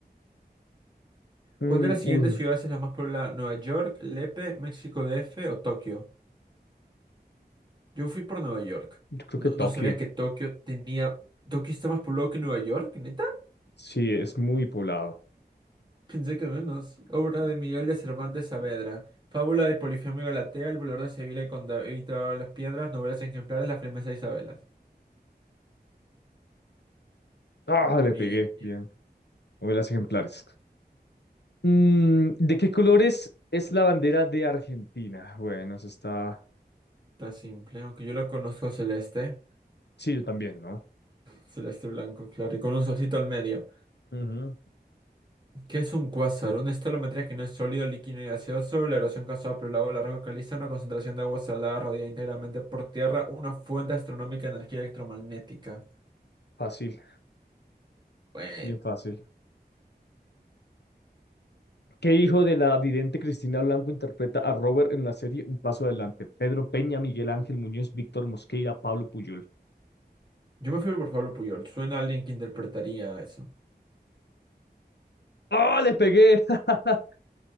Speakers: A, on the left; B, on the right.
A: Mm,
B: ¿Cuál de las siguientes
A: uy,
B: ciudades es la más poblada? ¿Nueva York, Lepe, México DF o Tokio? Yo fui por Nueva York.
A: yo creo
B: No,
A: que Tokio.
B: no sabía que Tokio tenía... ¿Tokio está más poblado que Nueva York, neta?
A: Sí, es muy poblado.
B: <laughs> Pensé que menos. Obra de Miguel de Cervantes Saavedra. Fábula de Polifemo y Galatea, El volador de Sevilla y con David todas las piedras, novelas ejemplares, La firmeza de Isabelas.
A: Ah, le
B: Bien,
A: pegué.
B: bien.
A: Bien. Novelas ejemplares. Mm, ¿de qué colores es la bandera de Argentina? Bueno, eso está.
B: Está simple, aunque yo lo conozco celeste.
A: Sí, yo también, ¿no?
B: Celeste blanco, claro, y con un solcito al medio.
A: Ujú,
B: ¿Qué es un cuásar? Una escalometría que no es sólido, líquido ni gaseoso. La erosión causada por el agua de la roca caliza, una concentración de agua salada rodeada íntegramente por tierra, una fuente astronómica de energía electromagnética.
A: Fácil,
B: Bueno,
A: bien fácil. ¿Qué hijo de la vidente Cristina Blanco interpreta a Robert en la serie Un Paso Adelante? Pedro Peña, Miguel Ángel Muñoz, Víctor Mosqueira, Pablo Puyol.
B: yo me fui por Pablo Puyol. Suena a alguien que interpretaría eso.
A: ¡Ah! le pegué! <laughs>